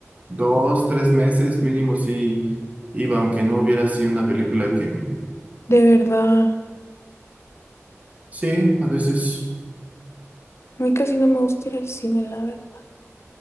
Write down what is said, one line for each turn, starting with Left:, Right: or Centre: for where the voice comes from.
Right: dos, tres meses mínimo sí iba, aunque no hubiera así una película que...
Left: De verdad,
Right: Sí, a veces.
Left: a mí casi no me gusta ir al cine, la verdad.